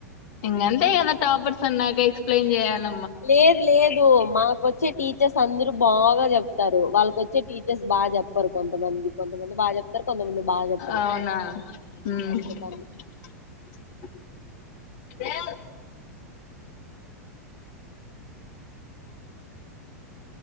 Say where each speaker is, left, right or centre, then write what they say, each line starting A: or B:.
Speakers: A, on the left; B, on the left.
A: ఇంగంత అ టాపట్స్ అన్నాక ఎక్సప్లయిన్ చేయాల
B: లేదు లేదు మాకు వచ్చే టీ చర్స్ అందరు బాగా చెప్తారు వాళ్ళకొచ్చే టీచర్స్ బాగా చెప్పారు కొంతమంది కొంతమంది బాగా చెప్తారు కొంతమంది బాగా చెప్పరు
A: అవునా <unintelligible>
B: అందుకని